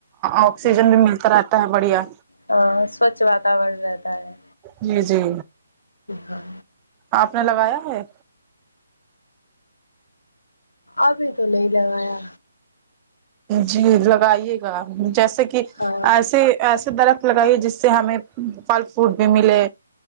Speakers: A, on the right; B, on the left.
A: آکسیجن
B: ہوں،
A: بھی ملتا رہتا ہے بڑھیا
B: ہاں سوچھ واتاورن رہتا ہے
A: جی جی
B: ہاں
A: آپ نے لگایا ہے
B: ابھی تو نہیں لگایا
A: جی لگائیے گا جیسے کہ
B: ہاں
A: ایسے ایسے درخت لگائیے جس سے ہمیں پھل فروٹ بھی ملے